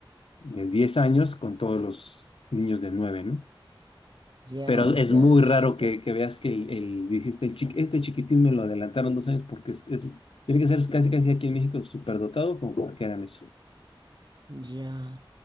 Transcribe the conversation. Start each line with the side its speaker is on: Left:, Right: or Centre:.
Left: de 10 años con todos los niños de nueve ¿no?
Right: Ya,
Left: Pero es
Right: ya.
Left: muy raro
Right: Y
Left: que,
Right: no-
Left: que veas que el, el- dijiste, el chiqui- este chiquitín me lo adelantaron dos años porque es, es- tiene que ser casi casi aquí en México superdotado como para que hagan eso.
Right: Ya.